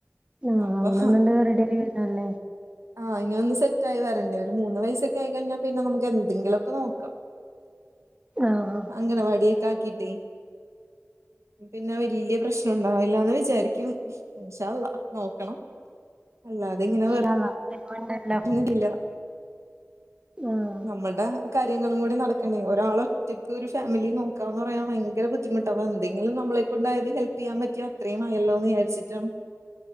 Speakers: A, on the right; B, on the right.
A: ആഹ്
B: അപ്പൊ
A: അവനൊന്നണ്ട്
B: ഹാ
A: റെഡിയായി വരണല്ലേ?
B: ആഹ് ഇനി ഒന്ന് സെറ്റായി വരണ്ടേ ഒരു മൂന്ന് വയസൊ ക്കായി കഴിഞ്ഞാ പിന്നെ നമക്ക് എന്തെങ്കിലൊക്കെ നോക്കാം.
A: ആഹ്
B: അംഗണവാടിയൊക്കെ ആക്കിട്ടേ പിന്നെ വല്യ പ്രശ്ന ഉണ്ടാവില്ലാന്ന് വിചാരിക്കുന്ന്. ഇൻഷാള്ള നോക്കണം അല്ലാതിങ്ങനെ
A: ഇൻഷാ
B: വെർതെ
A: അള്ളാ ടൈമുണ്ടല്ലോ
B: നിർത്തിനില്ല
A: ആഹ്
B: നമ്മൾടെ കാര്യങ്ങളും കൂടി നട ക്കണെ. ഒരളൊറ്റക്ക് ഒരു ഫാമിലി നോക്കാന്ന് പറയാൻ ഭയങ്കര ബുദ്ധിമുട്ട അപ്പൊ എന്തങ്കിലും നമ്മളെക്കൊണ്ടായത് ഹെൽ പ്പെയ്യാൻ പറ്റിയ അത്രയും ആയല്ലോന്ന് വിചാരിച്ചിട്ടാണ്